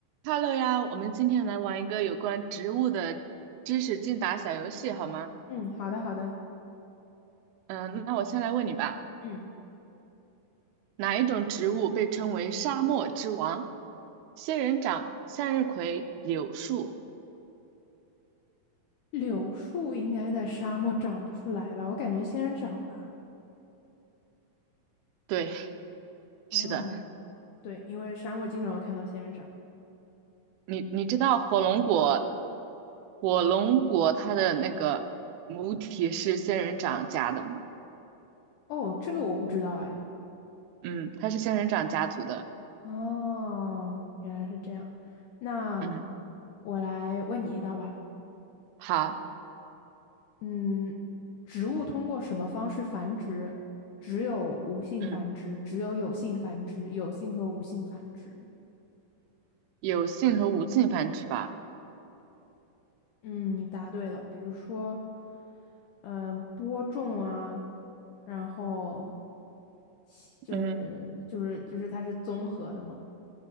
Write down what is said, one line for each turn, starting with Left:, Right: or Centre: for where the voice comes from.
Right: Hello 呀，我们今天来玩一个有关植物的知识竞答小游戏，好吗？
Left: 嗯，好的，好的。
Right: 嗯，那我先来问你吧，
Left: 嗯，
Right: 哪一种植物被称为沙漠之王？仙人掌、向日葵、柳树。
Left: 柳树应该在沙漠长不出来吧？我感觉仙人掌吧。
Right: 对，是的，
Left: 嗯，对，因为沙漠经常会看到仙人掌。
Right: 你你知道火龙果，火龙果它的那个母体是仙人掌家的吗？
Left: 哦，这个我不知道哎。
Right: 嗯，它是仙人掌家族的。
Left: 哦，原来是这样。那
Right: 嗯，
Left: 我来问你一道吧。
Right: 好，
Left: 嗯，植物通过什么方式繁殖？只有无性繁殖，
Right: 嗯，
Left: 只有有性繁殖，有性和无性繁殖。
Right: 有性和无性繁殖吧？
Left: 嗯，你答对了。比如说，呃，播种啊。然后其就是就是就是它是综合的嘛。
Right: 嗯